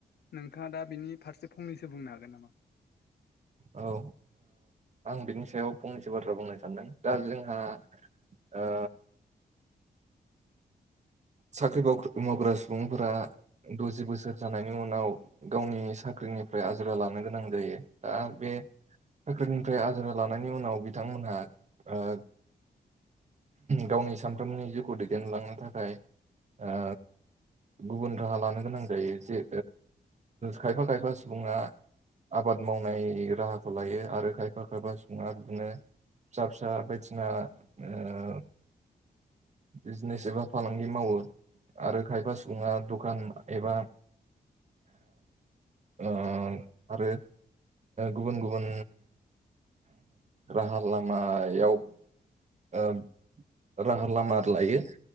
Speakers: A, on the left; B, on the right.
A: नोंथाङा दा बिनि फारसे फंनैसो बुंनो हागोन नामा
B: औ आं बिनि सायाव फंनैसो बाथ्रा बुंनो सानदों दा जोंहा आ साख्रि मावग्रा सुबुंफोरा द'जि बोसोर जानायनि उनाव गावनि साख्रिनिफ्राय आजिरा लानो गोनां जायो दा बे साख्रिनिफ्राय आजिरा लानायनि उनाव बिथांमोनहा ओ गावनि सानफ्रोमनि जिउखौ दैदेनलांनो थाखाय ओ गुबुन राहा लानो गोनां जायो जे खायफा खायफा सुबुङा आबाद मावनाय राहाखौ लायो आरो खायफा खायफा सुबुङा बिदिनो फिसा फिसा बायदिसिना आ बिजनेस एबा फालां मावो आरो खायफा सुबुङा दखान एबा ओ आरो गुबुन गुबुन राहा लामायाव ओ। राहा लामा लायो